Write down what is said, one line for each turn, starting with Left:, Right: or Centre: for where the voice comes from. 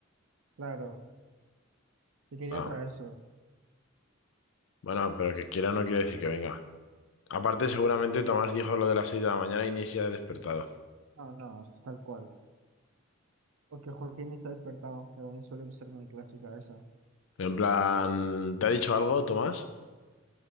Right: Claro, que quería
Left: Ah,
Right: traérselo.
Left: bueno, pero que quiera no quiere decir que venga. Aparte, seguramente
Right: No,
Left: Tomás dijo lo de las 6 de la mañana y ni se ha despertado.
Right: no, no, es tal cual. Porque Joaquín está despertado, que también suele ser muy clásica esa.
Left: En plan, ¿te ha dicho algo, Tomás?